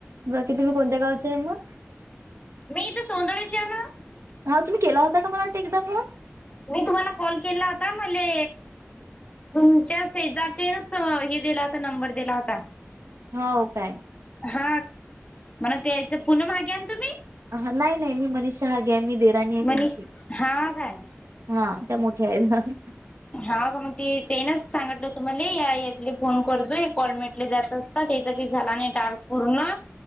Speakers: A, on the right; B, on the left.
A: बाकी तुम्ही कोणत्या गावचे मग?
B: मी इथे सोनळेचे आहेव ना <unintelligible>
A: हा तुम्ही केला होता का मला वाट एकदा फोन?
B: मी तुम्हाला कॉल केला होता मले तुमच्या सेजातील हे दिला होता नंबर दिला होता.
A: हाव काय.
B: हा म्हणा तेथ पुन माहागे तुम्ही <unintelligible>
A: ह नाही नाही मी मनीषा हागे आहे मी देवरानी आहे त्यांची
B: मनीष हा काय
A: हा त्या मोठ्या आहेत.
B: हा का मग ती तेनच सांगितलं होत मले यातले फोन करतो कॉलमेटले जात ता त्याचा काही झाला नाही टास पूर्ण